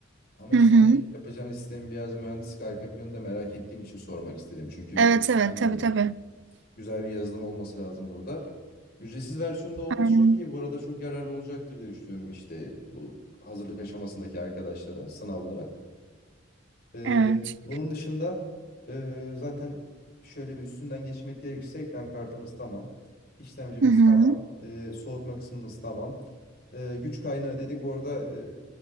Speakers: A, on the left (about 55°); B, on the right (about 65°).
A: Ama
B: Hı
A: işte
B: hı.
A: hani yapacağınız sistemin biraz mühendislik arka planını da merak ettiğim için sormak istedim. Çünkü
B: Evet evet
A: hani
B: tabii tabii.
A: güzel bir yazılım olması lazım burada. Ücretsiz versiyonda olması
B: Aynen.
A: çok iyi. Bu arada çok yararlı olacaktır diye düşünüyorum işte bu hazırlık aşamasındaki arkadaşlara, sınavlara. Ee,
B: Evet.
A: bunun dışında e, zaten şöyle bir üstünden geçmek gerekirse ekran kartımız tamam. İşlemcimiz
B: Hı hı.
A: tamam. Ee, soğutma kısmımız tamam. Ee, güç kaynağı dedik orada e,